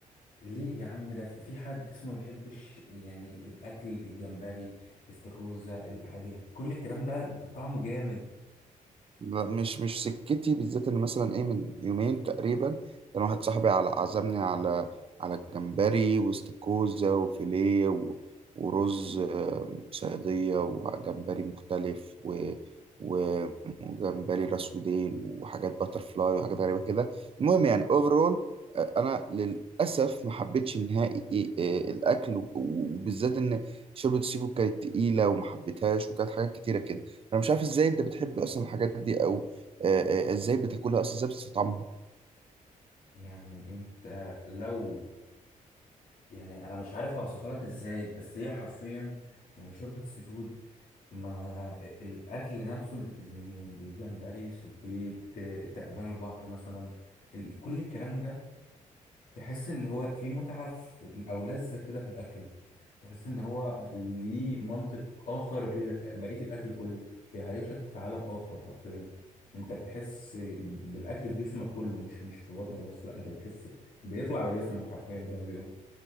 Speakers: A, on the left (about 70°); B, on the right (about 40°).
A: ليه يا عم ده في في حد اسمه ما بيحبش يعني الاكل الجمبري الاستاكوزا ال... ال- كل الكلام ده ده طعمه جامد
B: لا مش مش سكتي بالذات ان مثلا ايه من يومين تقريبا كان واحد صاحبي على عزمني على على جمبري واستاكوزا وفيليه و- ورز آه، صياديه وجمبري مختلف و و- وجمبري راس وديل وحاجات باتر فلاي وحاجات غريبه كده المهم يعني اوفرول انا للاسف ما حبيتش نهائي آه، الاكل و- وبالذات ان شوربه السي فود كانت تقيله وما حبيتهاش وكانت حاجات كتيره كده انا مش عارف ازاي انت بتحب اصلا الحاجات دي او آه، آه، ازاي بتاكلها اصلا ازاي بتستطعمها
A: يعني انت لو يعني انا مش عارف اوصفها لك ازاي بس هي حرفيا يعني شوربة السي فود ما الأكل نفسه ال- يعني الجمبري سبيت تعبان البحر مثلا ال- كل الكلام ده تحس إن هو في متعة في- أو لذة كده في الأكل تحس إن هو ليه منطق آخر غير بقية الأكل كله بيعيشك في عالم آخر حرفيا أنت بتحس بالأكل في جسمك كله مش مش في بطنك بس لأ أنت بتحس بيطلع على جسمك حرفيا زي ما بيقول